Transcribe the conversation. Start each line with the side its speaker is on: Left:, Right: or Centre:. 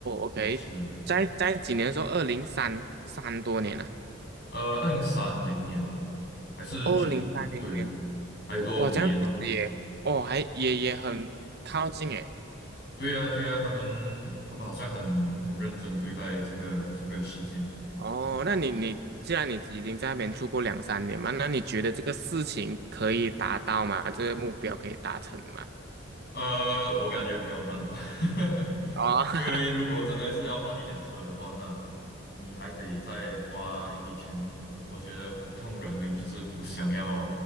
Right: ，OK，
Left: 是
Right: 在在几年的时候，二零三三多年了、啊，
Left: 呃二零三零年吧，还是九对，
Right: 二零三零年。
Left: 还有多少五年吧？
Right: 哇，这样其实也，哦，还也也很靠近诶。
Left: 对呀、对呀、他们他们好像很很认真对待这个这个事件。
Right: 哦，那你你既然你已经在那边住过两三年嘛，那你觉得这个事情可以达到吗？这个目标可以达成吗？
Left: 呃，我感觉比较难吧，<laughs>
Right: 哦，
Left: 因为如果真的是要换一辆车的话，
Right: <laughs>
Left: 那你还得再花一笔钱。我觉得普通人民就是不想要